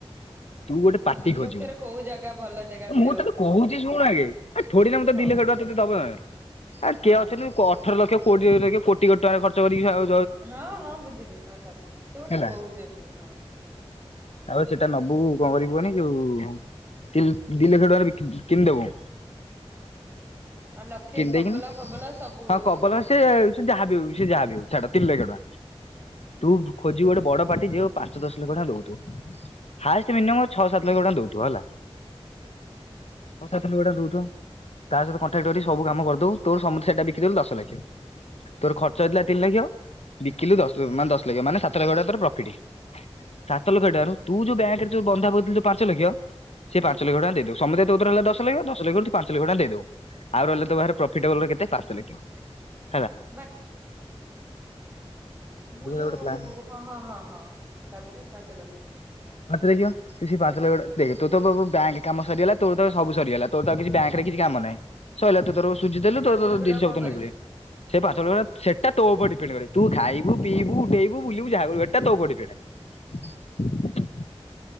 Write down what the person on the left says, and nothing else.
ତୁ ଗୋଟେ ପାଟି
ଖୋଜିବୁ। ତ
ମୁଁ ତତେ
କହୁଚି,
ଶୁଣୁ ଆଗେ ଥୋଡୀ ନା ମୁଁ ତତେ
ଦି ଲକ୍ଷ ଟଙ୍କା ତତେ ଦବ ଆ
କିଏ ଅଛନ୍ତି
କ ଲକ୍ଷ କୋଡିଏରେ ଦେଇକି କୋଟି କୋଟି ଟଙ୍କା ଖର୍ଚ କରିକି ଆଉ
ହେଲା
ଆଉ ସେଇଟା ନବୁ କଣ କରିବୁ କହନି ଯଉ ତି ଦି ଲକ୍ଷ ଟଙ୍କାରେ ବିକି କିଣିଦେବୁ।
ଦେଇକିନି
ହଁ କବଲା
ସିଏ ଯାହା ବି ହୋଉ ସେ ଯାହା ବି ହୋଉ ଛାଡ ତିନି ଲକ୍ଷ ଟଙ୍କା
ତୁ ଖୋଜିବୁ ଗୋଟେ ବଡ ପାଟି ଯଉ ପାଞ୍ଚ ଦଶ ଲକ୍ଷ ଟଙ୍କା ନଉ ତୁ ହାଏଷ୍ଟେ ମିନିମମ
ଛଅ ସାତ ଲକ୍ଷ ଗୋଟା ଦୋଉଥିବ ହେଲା।
ଛଅ ସାତ <unintelligible> ତା ସହିତ କଣ୍ଟାଟ ସବୁ କାମ କରିଦବୁ। ତୋର ସମସ୍ୟା ଟା ବି ବିକିଦେଥିଲୁ ଦଶ ଲକ୍ଷ ତୋର ଖର୍ଚ୍ଚ ହେଇଥିଲା ତିନି ଲକ୍ଷ ବିକିଲୁ ମାନେ ଦଶ ଲକ୍ଷ ମାନେ ସାତ ଲକ୍ଷ ଟଙ୍କା ତୋର ପ୍ରଫିଟି। ସାତ
ଲକ୍ଷ ଟାରୁ ତୁ ଯୋଉ ବ୍ୟାଙ୍କରେ ଯୋଉ ବନ୍ଧାଥିଲା ଯୋଉ ପାଞ୍ଚ ଲକ୍ଷ ସେ ପାଞ୍ଚ ଲକ୍ଷ ଟା ଦେଇଦବୁ ସମୁଦାୟ ତୋ କତିରେ ରହିଲା ଦଶ ଲକ୍ଷ ଦଶ ଲକ୍ଷରୁ ପାଞ୍ଚ ଲକ୍ଷ ଟା ଦେଇଦବୁ ଆଉ ରହିଲା ତୋ ପାଖରେ ପ୍ରଫିଟି ବଳିଲା କେତେ ପାଞ୍ଚ ଲକ୍ଷ।। <inaudible>
ଏଇଭଳିଆ
ଗୋଟେ ପ୍ଲାନ୍
ପା ତୁ ପା ଦେଖିବା ତୁ ତ ବ୳୲ଙ୍କ କାମ ସରିଗଲା। ତୋ ତ ସବୁ ସରିଗଲା ତୋ ତ କିଛି ବ୳୲ଙ୍କରେ କିଛି କାମ ନାହିଁ। ସଇଲା ତୁ ତୋର ସୁଜି
ଦେଲୁ
ତ ତୋର
ଜିନିସ
ଦିନିଷ
ଳେଇଗଲେ ସେ ପାଞ୍ଚ ସେଟା ତୋ ଉପରେ ଡିପେଣ୍ଡ କରେ। ତୁ ଖାଇବୁ ପିଇବୁ ଉଠେଇବୁ ବୁଲିବୁ ଯାହା କରିବୁ ସେଟା ତୋ ଉପରେ ଡିପେଣ୍ଡ